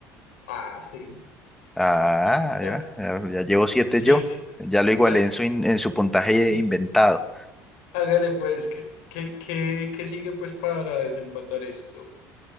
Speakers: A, on the left; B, in the centre.
A: Ah, sí.
B: Ah, ahí
A: Ah,
B: va, ya, ya llevo siete
A: sí,
B: yo.
A: sí, sí.
B: Ya lo
A: ya,
B: igualé en su, in- en su puntaje
A: sí.
B: inventado.
A: Hágale pues, ¿qué, qué, qué, qué sigue pues para desempatar esto?